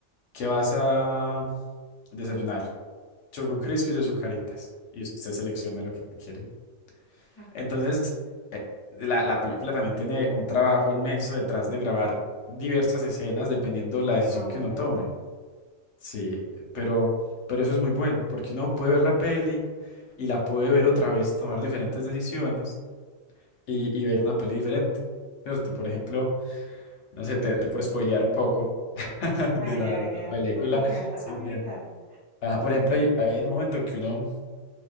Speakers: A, on the left (about 65°); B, on the left (about 20°).
A: que vas a desayunar Choco Crispies o Zucaritas. Y usted selecciona lo que quiere.
B: ajá.
A: Entonces, eh, la, la película también tiene un trabajo inmenso detrás de grabar diversas escenas dependiendo
B: Por
A: la decisión
B: favor.
A: que uno tome. Sí, pero, pero eso es muy bueno, porque uno puede ver la peli y la puede ver otra vez y tomar diferentes decisiones y, y ver una peli diferente, ¿cierto? Por ejemplo, no sé,
B: Claro.
A: te, te puedo spoilear un poco <laughs>
B: Hágale,
A: de la,
B: hágale,
A: de la
B: hágale,
A: película.
B: con confianza.
A: Sí,
B: A mí
A: bien.
B: me encanta.
A: Ah, por ejemplo, hay, hay un momento que uno